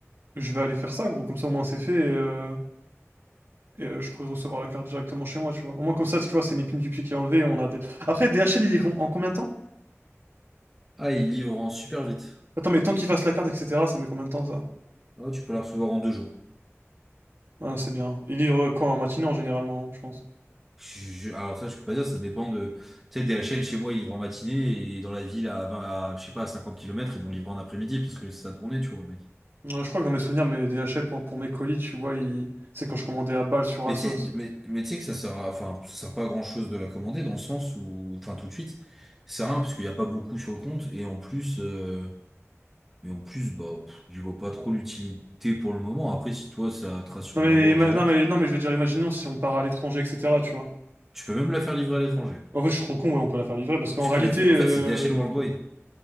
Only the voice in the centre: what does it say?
Ah, il livre en super vite.
Ah, tu peux la recevoir en deux jours.
Je- je- alors ça, je peux pas dire, ça dépend de... Tu sais, DHL, chez moi, ils livrent en matinée, et dans la ville, à 20, à, je sais pas, à 50 kilomètres ils vont livrer en après-midi, parce que c'est sa tournée, tu vois, mais...
Mais
tu sais, mais, mais tu sais que ça sert à, enfin, ça sert pas à grand chose de la commander dans le sens où, enfin, tout de suite, c'est rien parce qu'il n'y a pas beaucoup sur le compte et en plus, euh, et en plus, bah, pff, j'y vois pas trop l'utilité pour le moment. Après, si toi, ça te rassure
de
l'avoir
direct,
tu peux même la faire livrer à l'étranger.
Tu
peux la faire,
en fait, c'est DHL Worldwide.